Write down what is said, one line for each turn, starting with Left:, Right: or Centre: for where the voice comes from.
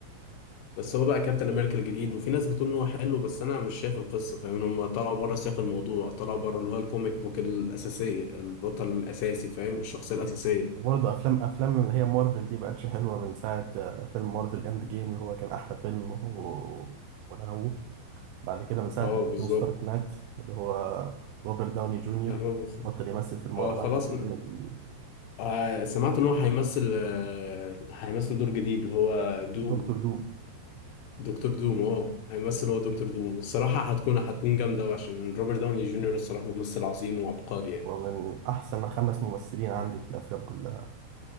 Left: بس هو بقى كابتن امريكا الجديد وفي ناس بتقول ان هو حلو بس انا مش شايف القصه فاهم هم طلعوا بره سياق الموضوع طلعوا بره اللي هو الكوميك بوك الاساسيه البطل الاساسي فاهم الشخصيه الاساسيه
Right: وبرضه أفلام أفلام اللي هي مارفل دي بقتش حلوة من ساعة آه، فيلم مارفل إند جيم اللي هو كان أحلى فيلم و... وأنا هو بعد كده من ساعة
Left: اه
Right: ما
Left: بالظبط
Right: توني ستارك مات اللي هو روبرت داوني جونيور
Left: اه
Right: بطل يمثل في الم...
Left: آه،
Right: أنا
Left: خلاص
Right: حسيت إن ال-
Left: آه سمعت ان هو هيمثل آه هيمثل دور جديد اللي هو دوم
Right: دكتور دوم
Left: دكتور دوم اه هيمثل هو دكتور دوم الصراحة هتكون هتكون جامدة أوي عشان روبرت داوني جونيور الصراحة ممثل عظيم وعبقري يعني
Right: هو من أحسن خمس ممثلين عندي في الأفلام كلها